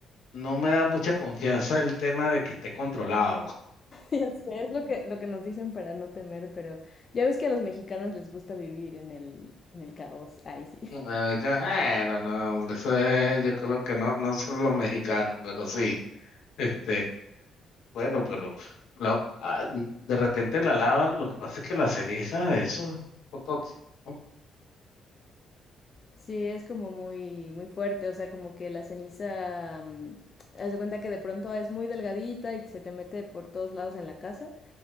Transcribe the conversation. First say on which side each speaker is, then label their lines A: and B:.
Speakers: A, on the left (about 80°); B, on the left (about 40°).
A: no me da mucha confianza el tema de que esté controlado. <laughs>
B: Ya sé, es lo que, lo que nos dicen para no temer, pero ya ves que a los mexicanos les gusta vivir en el, en el caos. Ay, sí.
A: Eh, que, Bueno, no, hombre, eso es- yo creo que no, no son los mexicanos, pero sí, este, bueno, pero lo- ah, de repente la lava, lo que pasa es que la ceniza, eso es un poco tóxico, ¿no?
B: Sí, es como muy, muy fuerte, o sea, como que la ceniza, mm, haz de cuenta que de pronto es muy delgadita y se te mete por todos lados en la casa